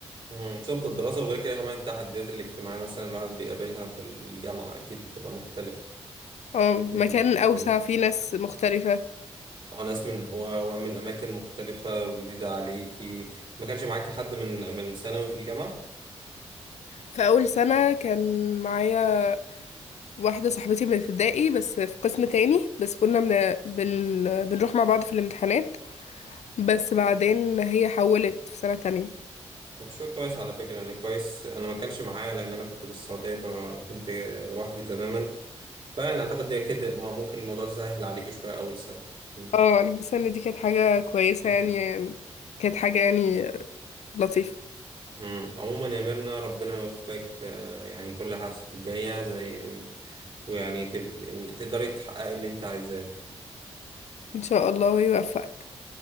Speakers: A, on the right; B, on the left.
A: مم. صعوبة الدراسة وغير كده كمان التحديات الاجتماعية مثلا الواحد بيقابلها في الجامعة أكيد بتبقى مختلفة
B: اه
A: مم.
B: مكان أوسع
A: مم.
B: فيه ناس مختلفة
A: وناس من و- ومن أماكن مختلفة وجديدة عليكي ما كانش معاكي حد من من ثانوي في الجامعة
B: في أول سنة كان معايا واحدة صاحبتي من ابتدائي بس في قسم تاني بس كنا من بن... بنروح مع بعض في الامتحانات بس بعدين هي حولت في سنة تانية
A: طب شو كويس على فكرة يعني كويس أنا ما كانش معايا لأن أنا كنت في السعودية فكنت لوحدي تماما فأنا أعتقد ده كده ما ممكن الموضوع ده سهل عليك شوية أول سنة مم.
B: اه أنا حاسة إن دي كانت حاجة كويسة
A: مم.
B: يعني كانت حاجة يعني لطيفة
A: مم. عموما يا ميرنا ربنا يوفقك في يعني كل حاجتك الجاية زي ويعني تب... تقدري تحققي اللي أنت عايزاه
B: إن شاء الله يوفقك